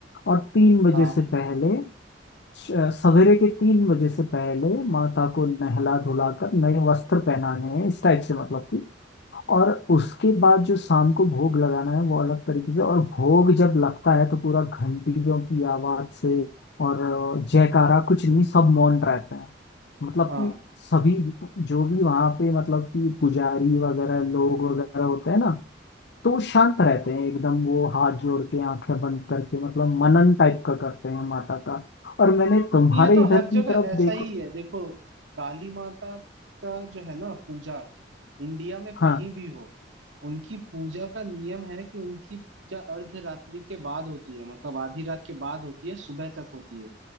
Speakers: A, on the left (about 65°); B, on the right (about 85°).
A: और तीन बजे
B: हाँ
A: से पहले श- सवेरे के तीन बजे से पहले माता को नहला धुलाकर नए वस्त्र पहनाने हैं इस टाइप से मतलब कि और उसके बाद जो शाम को भोग लगाना है वो अलग तरीके से और भोग जब लगता है तो पूरा घंटियों की आवाज से और अ, जयकारा कुछ नहीं सब मौन रहते हैं मतलब
B: हाँ
A: कि सभी जो भी वहां पे मतलब कि पुजारी वगैरह लोग वगैरह होते हैं ना तो वो शांत रहते हैं एकदम वो हाथ जोड़ के आंखें बंद करके मतलब मनन टाइप का करते हैं माता का और मैंने तुम्हारे
B: ये तो
A: इधर
B: हर
A: की
B: जगह
A: तरफ
B: ऐसा
A: देखो
B: ही है देखो काली माता का जो है ना पूजा इंडिया में कहीं
A: हाँ
B: भी हो उनकी पूजा का नियम है कि उनकी पूजा अर्धरात्रि के बाद होती है मतलब आधी रात के बाद होती है सुबह तक होती है